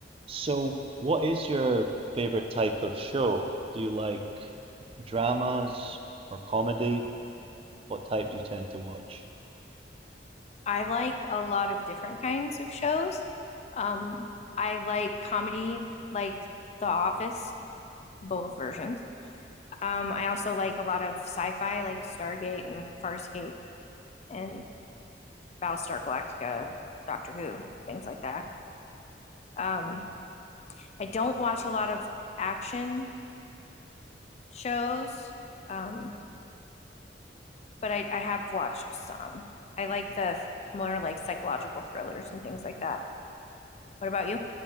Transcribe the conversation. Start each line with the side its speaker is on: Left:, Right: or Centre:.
Right: So, what is your favorite type of show? Do you like dramas or comedy? What type do you tend to watch?
Left: I like a lot of different kinds of shows. Um, I like comedy, like The Office, both versions. Um, I also like a lot of sci-fi, like Stargate and Farscape and Battlestar Galactica, Doctor Who, things like that. Um, I don't watch a lot of action shows, um, but I, I have watched some. I like the more like psychological thrillers and things like that. What about you?